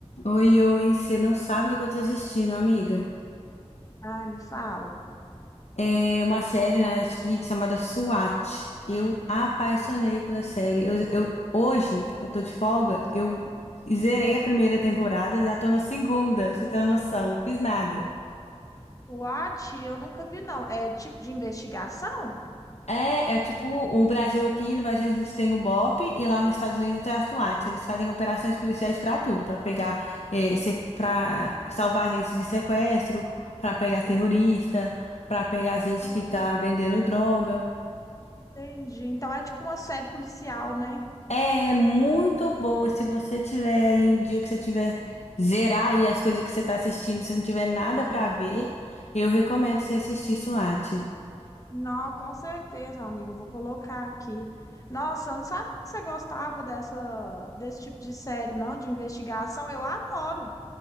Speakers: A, on the left (about 75°); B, on the left (about 30°).
A: Oi, oi, você não sabe o que que eu tô assistindo, amiga.
B: Ai, me fala.
A: É uma série na Netflix chamada SWAT. Eu apaixonei pela série. Eu, eu- hoje, eu tô de folga, eu zerei a primeira temporada, já tô na segunda, pra você tem uma noção. Fiz nada.
B: SWAT, eu nunca vi, não. É tipo de investigação?
A: É, é tipo o Brasil aqui, no Brasil a gente tem o BOP e lá nos Estados Unidos é a SWAT. Eles fazem operações policiais pra tudo, pra pegar, é, se- pra salvar gente de sequestro, pra pegar terrorista, pra pegar gente
B: Ah,
A: que tá vendendo droga.
B: entendi. Então é tipo uma série policial, né?
A: É é muito boa se você tiver aí o dia que você tiver zerar aí as coisas que você tá assistindo, se não tiver nada pra ver, eu recomendo você assistir SWAT.
B: Não, com certeza, amiga. Eu vou colocar aqui. Nossa, eu não sabia que você gostava dessa, desse tipo de série, não? De investigação. Eu adoro.